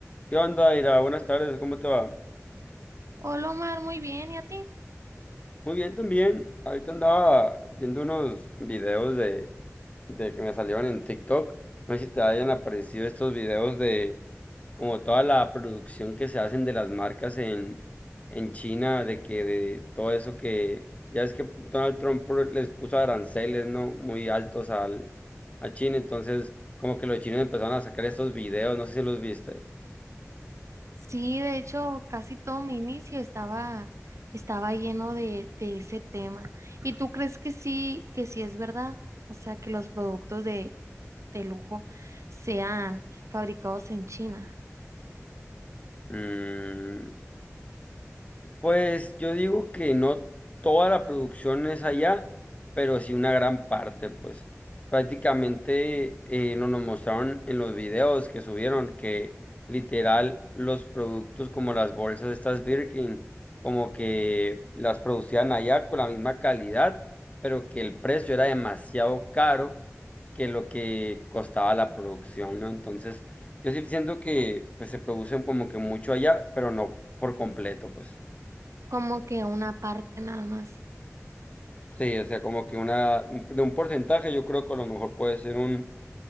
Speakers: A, on the left (about 25°); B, on the right (about 65°).
A: ¿Qué onda, Ira? Buenas tardes, ¿cómo te va?
B: Hola Omar, muy bien, ¿y a ti?
A: Muy bien también. Ahorita andaba viendo unos videos de, de que me salieron en TikTok. No sé si te hayan aparecido estos videos de como toda la producción que se hacen de las marcas en, en China, de que de todo eso que ya es que Donald Trump por- les puso aranceles, ¿no? Muy altos al, a China, entonces como que los chinos empezaron a sacar estos videos, no sé si los viste.
B: Sí, de hecho, casi todo mi inicio estaba, estaba lleno de, de ese tema. ¿Y tú crees que sí, que sí es verdad? O sea, que los productos de, de lujo sean fabricados en China,
A: Mm, Pues yo digo que no toda la producción es allá, pero sí una gran parte, pues prácticamente eh, no nos mostraron en los videos que subieron que literal los productos como las bolsas estas Birkin, como que las producían allá con la misma calidad, pero que el precio era demasiado caro que lo que costaba la producción, ¿no? Entonces yo sí siento que pues se producen como que mucho allá, pero no por completo, pues.
B: como que una parte nada más.
A: Sí, o sea, como que una, un- de un porcentaje, yo creo que a lo mejor puede ser un